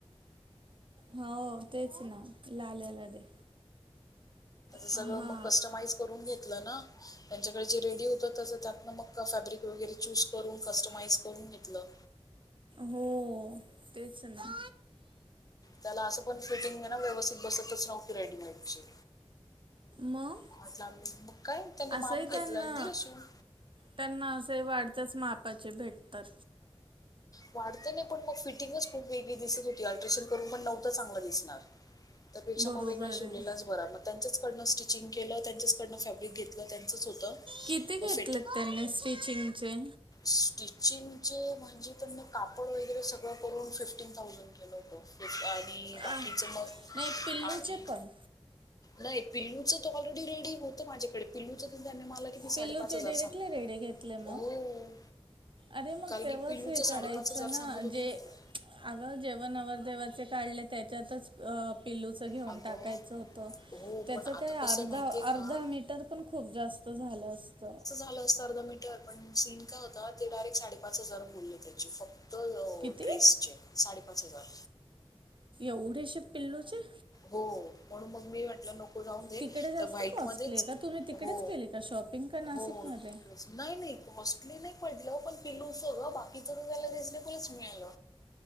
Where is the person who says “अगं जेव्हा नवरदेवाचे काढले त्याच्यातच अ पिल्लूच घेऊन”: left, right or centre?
Right